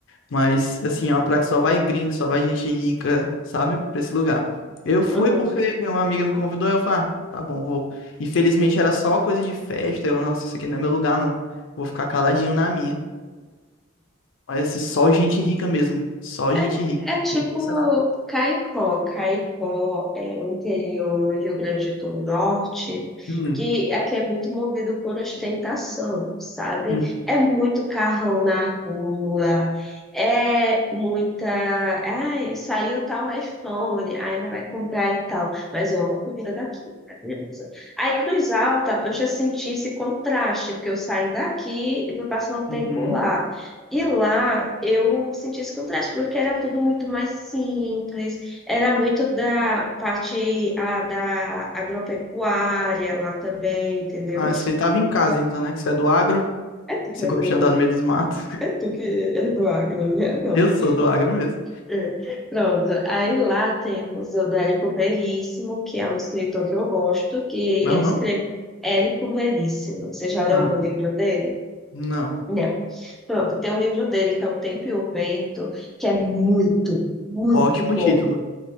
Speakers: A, on the left; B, in the centre.
A: Mas, assim, é uma praia que só vai gringo, só vai gente rica, sabe? Pra esse lugar. Eu fui
B: Aham.
A: porque uma amiga me convidou, eu falei, ah, tá bom, vou. Infelizmente era só coisa de festa. Eu, nossa, isso aqui não é meu lugar, não. Vou ficar caladinho na minha. Mas, assim, só gente rica mesmo. Só
B: É,
A: gente rica.
B: é tipo
A: Fiquei impressionado.
B: Caicó. Caicó é o interior do Rio Grande do Norte,
A: Hum,
B: que aqui é muito movido por ostentação, sabe?
A: hum,
B: É muito carrão na rua, é muita. Ai, saiu tal iPhone, ai, já vai comprar e tal. Mas eu amo a comida daqui, maravilhosa. Aí, Cruz Alta, eu já senti esse contraste, porque eu saí daqui e vou passar um tempo
A: uhum.
B: lá. E lá eu senti esse contraste, porque era tudo muito mais simples, era muito da parte ah, da agropecuária lá também, entendeu?
A: Ah, você tava em casa, então, né? Que você é do agro.
B: É tu que
A: Você
B: é,
A: gosta de andar no meio dos matos.
B: é tu que é do agro, né? Não.
A: Eu sou do agro mesmo.
B: É. Pronto, aí lá tem o Museu do Érico Veríssimo, que é um escritor que eu gosto, que
A: Como
B: ele
A: é o nome?
B: escreveu Érico Veríssimo. Você já leu
A: Ah,
B: algum livro dele?
A: não.
B: Não. Pronto, tem um livro dele que é O Tempo e o Vento, que é muito, muito
A: Ótimo
B: bom.
A: título.